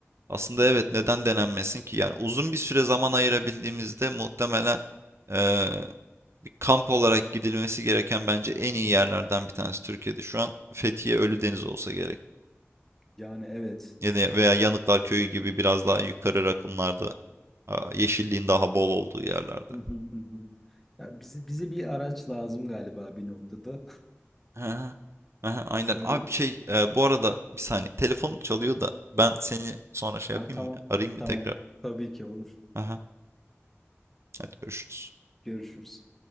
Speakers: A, on the right; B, in the centre.
A: Aslında evet neden denenmesin ki? Yani uzun bir süre zaman ayırabildiğimizde muhtemelen e, bir kamp olarak gidilmesi gereken bence en iyi yerlerden bir tanesi Türkiye'de şu an Fethiye Ölüdeniz olsa gerek.
B: Yani evet.
A: Ya da- veya Yanıklar Köyü gibi biraz daha yukarı rakımlarda a, yeşilliğin
B: Hı
A: daha bol olduğu yerlerde.
B: hı, hı hı. Ya bize, bize bir araç lazım galiba bir noktada.
A: Aha, aha, aynen.
B: <laughs> Şöyle,
A: Abi şey e, bu arada bir saniye telefonum çalıyor da ben seni sonra şey yapayım
B: Aa, tamam,
A: mı? Arayayım mı
B: tamam.
A: tekrar?
B: Tabii ki olur.
A: Aha. Hadi görüşürüz.
B: Görüşürüz.